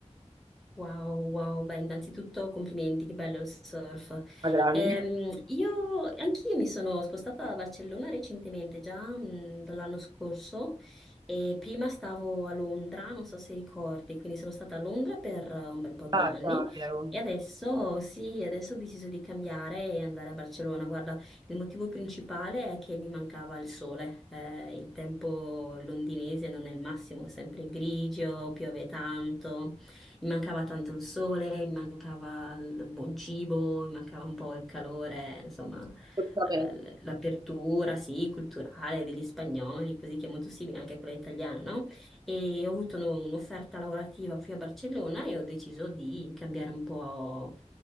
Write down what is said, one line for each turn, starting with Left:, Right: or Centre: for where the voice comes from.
Centre: Wow, wow, beh, innanzitutto complimenti, che bello il surf.
Right: A grande.
Centre: Ehm, io, anch'io mi sono spostata a Barcellona recentemente, già mh, dall'anno scorso, e prima stavo a Londra, non so se ricordi, quindi sono stata a Londra per eh, un bel po' di
Right: Ah,
Centre: anni
Right: già, vero.
Centre: e adesso, sì, adesso ho deciso di cambiare e andare a Barcellona. Guarda, il motivo principale è che mi mancava il sole, eh, il tempo londinese non è il massimo, è sempre grigio, piove tanto. Mi mancava tanto il sole, mi mancava il buon cibo, mi mancava un po' il calore, insomma,
Right: Assolutamente.
Centre: eh, l- l'apertura, sì, culturale degli spagnoli, così che è molto simile anche a quella italiana, no? E ho avuto uno- un'offerta lavorativa qui a Barcellona e ho deciso di cambiare un po'